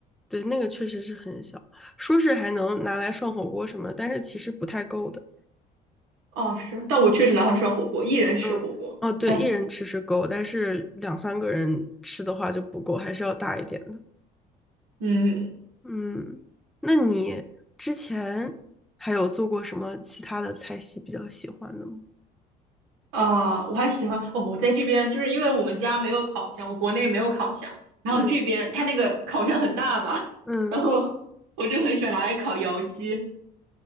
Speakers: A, in the centre; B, on the right.
A: 对，那个确实是很小，说是还能拿来涮火锅什么的但是其实不太够的。
B: 哦，是，但我确实拿它涮火锅，一人食火锅，
A: 嗯，哦，对，
B: 哎，
A: 一人吃是够，但是两三个人吃的话就不够，还是要大一点。
B: 嗯，
A: 嗯，那你之前还有做过什么其他的菜系比较喜欢的吗？
B: 啊，我还喜欢，哦，我在这边就是因为我们家没有烤箱，我国内没有烤箱，然后这边它那个烤箱很大嘛，
A: 嗯嗯，
B: <laughs> 然后我就很喜欢拿来烤窑鸡，